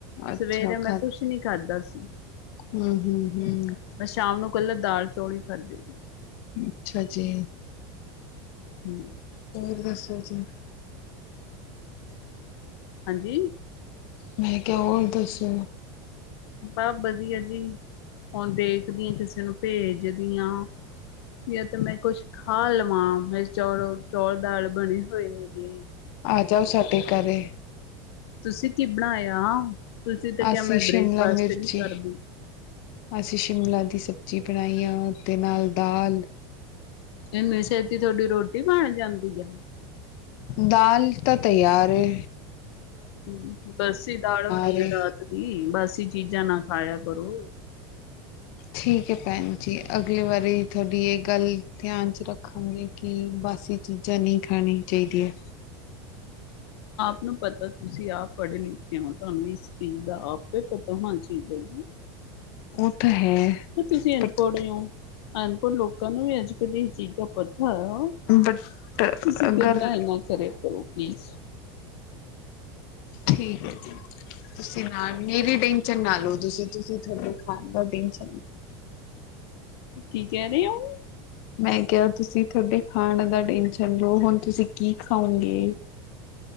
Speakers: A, on the left (about 55°); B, on the left (about 75°).
A: ਅੱਛਾ
B: ਸਵੇਰੇ ਮੈਂ
A: ਖਾ
B: ਕੁਛ ਨੀ ਖਾਦਾ ਸੀ
A: ਹੂੰ ਹੂੰ ਹੂੰ
B: ਮੈਂ ਸ਼ਾਮ ਨੂੰ ਕੱਲਾ ਦਾਲ ਚੌਲ ਈ ਖਾਧੇ ਨੇ,
A: ਅੱਛਾ ਜੀ।
B: ਹੂੰ।
A: ਹੋਰ ਦੱਸੋ ਜੀ?
B: ਹਾਂਜੀ।
A: ਮੈਂ ਕਿਹਾ ਹੋਰ ਦੱਸੋ?
B: ਬਸ ਵਧੀਆ ਜੀ ਹੁਣ ਦੇਖ? ਦੇਖਦੀ ਆ ਕਿਸੇ ਨੂੰ ਭੇਜਦੀਆਂ ਜਾਂ ਤੇ ਮੈਂ ਕੁਛ ਖਾ ਲਵਾਂ ਮੈਂ ਚੌਲ ਚੌਲ ਦਾਲ ਬਣੇ ਹੋਏ ਨੇ ਗੇ।
A: ਆ ਜਾੳ ਸਾਡੇ ਘਰੇ?
B: ਤੁਸੀਂ ਕੀ ਬਣਾਇਆ? ਤੁਸੀਂ ਤਾਂ ਕਿਹਾ
A: ਅਸੀਂ
B: ਮੈਂ
A: ਸ਼ਿਮਲਾ
B: ਬ੍ਰੇਕਫਾਸਟ
A: ਮਿਰਚੀ
B: ਨਹੀਂ ਕਰਦੀ
A: ਅਸੀਂ ਸ਼ਿਮਲਾ ਦੀ । ਸਬਜ਼ੀ ਬਣਾਈਆਂ ਤੇ ਨਾਲ ਦਾਲ।
B: ਐਨੀ ਛੇਤੀ ਤੁਹਾਡੀ ਰੋਟੀ ਬਣ ਜਾਂਦੀ ਆ?
A: ਦਾਲ ਤਾਂ ਤਿਆਰ ਹੈ?
B: ਹੂੰ ਬਾਸੀ ਦਾਲ ਹੋਣੀ
A: ਰਹੇ
B: ਆ ਰਾਤ ਦੀ ਬਸੀ ਚੀਜ਼ਾਂ ਨਾ ਖਾਇਆ ਕਰੋ?
A: ਠੀਕ ਹੈ ਭੈਣ ਜੀ ਅਗਲੀ ਵਾਰੀ ਤੁਹਾਡੀ ਇਹ ਗੱਲ ਹੀ ਧਿਆਨ 'ਚ ਰੱਖਾਂਗੇ ਕਿ ਬਾਸੀ ਚੀਜ਼ਾਂ ਨਹੀਂ ਖਾਣੀ ਚਾਹੀਦੀਆਂ।
B: ਮੈਨੂੰ ਪਤਾ ਤੁਸੀਂ ਆਪ ਪੜ੍ਹੇ ਲਿਖੇ ਹੋ ਤੁਹਾਨੂੰ ਇਸ ਚੀਜ਼ ਦਾ ਆਪ ਹੀ ਪਤਾ ਹੋਣਾ ਚਾਹੀਦਾ ਹੈ ਜੀ?
A: ਉਹ ਤਾਂ ਹੈ
B: ਤੁਸੀਂ ਅਨਪੜ੍ਹ
A: ਬਟ
B: ਹੋ ਅਨਪੜ੍ਹ ਲੋਕਾਂ ਨੂੰ ਵੀ ਅੱਜ। ਇਹੋ ਦੀਆਂ ਚੀਜ਼ਾਂ ਪਤਾ? ਹਾਂ
A: ਬਟ
B: ਤੁਸੀਂ
A: ਅਗਰ
B: ਮੇਰੇ ਨਾਲ ਐ ਨਾ ਕਰਿਆ ਕਰੋ ਪਲੀਜ਼।
A: ਠੀਕ ਹੈ ਜੀ ਤੁਸੀਂ ਨਾ ਮੇਰੀ ਟੈਨਸ਼ਨ ਨਾ ਲਓ ਤੁਸੀਂ ਤੁਸੀਂ ਤੁਹਾਡੇ ਖਾਣ ਦਾ ਦਿਨ ਚ
B: ਕੀ ਕਹਿ ਰਹੇ ਹੋ?
A: ਮੈਂ ਕਿਹਾ ਤੁਸੀਂ ਤੁਹਾਡੇ ਖਾਣ ਦਾ ਟੈਂਸ਼ਨ ਰਹੋ ਹੁਣ ਤੁਸੀਂ ਕੀ ਖਾਓਗੇ